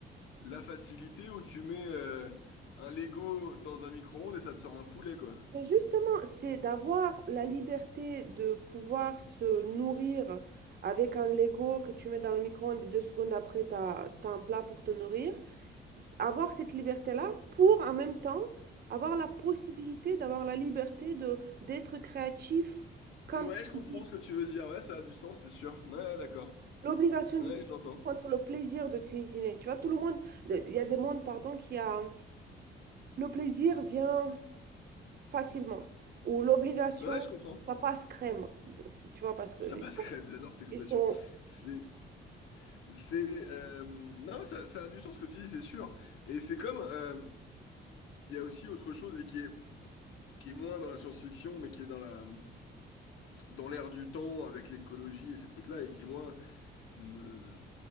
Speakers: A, on the left; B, on the right.
A: la facilité où tu mets euh, un Lego dans un micro-ondes et ça te sort un poulet, quoi.
B: Mais justement, c'est d'avoir la liberté de pouvoir se nourrir avec un Lego que tu mets dans le micro-ondes et deux secondes après, tu as, un plat pour te nourrir. Avoir cette liberté-là pour en même temps avoir la possibilité d'avoir la liberté de d'être créatif quand
A: Ouais, je comprends
B: on dit
A: ce que tu veux dire. Ouais, ça a du sens, c'est sûr. Ouais, d'accord.
B: l'obligation
A: Ouais,
B: de cuisiner
A: je l'entends.
B: contre le plaisir de cuisiner. Tu vois, tout le monde, il y a des mondes, pardon, qui a le plaisir vient. facilement. Ou l'obligation,
A: Ouais, je comprends.
B: ça passe crème. De- Tu vois, parce que
A: Ça
B: ils
A: passe
B: sont,
A: crème, j'adore cette expression.
B: ils sont,
A: C'est, c'est, euh, non, ça, ça a du sens ce que tu dis, c'est sûr. Et c'est comme, euh, il y a aussi autre chose et qui est, qui est moins dans la science-fiction, mais qui est dans la, dans l'air du temps avec l'écologie et ces trucs-là, et qui, moi, me,